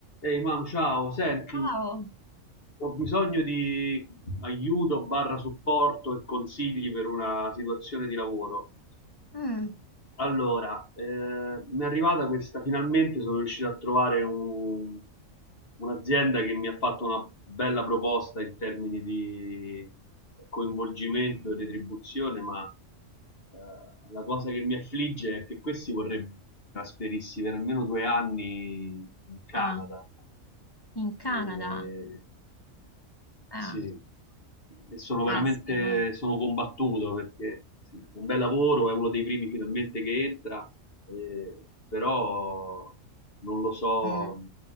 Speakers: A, on the left (about 45°); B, on the left (about 20°).
A: Ehi Mam, ciao, senti,
B: Wow,
A: ho bisogno di aiuto barra supporto e consigli per una situazione di lavoro.
B: mm,
A: Allora, eh, mi è arrivata questa, finalmente sono riuscito a trovare un- un'azienda che mi ha fatto una bella proposta in termini di coinvolgimento e retribuzione, ma eh, la cosa che mi affligge è che questi vorrebbero trasferirsi per almeno due anni in Canada.
B: ah, in Canada,
A: E,
B: ah,
A: sì, e sono
B: caspita,
A: veramente sono combattuto perché sì, un bel lavoro, è uno dei primi finalmente che entra, eh, però non lo so,
B: Mm.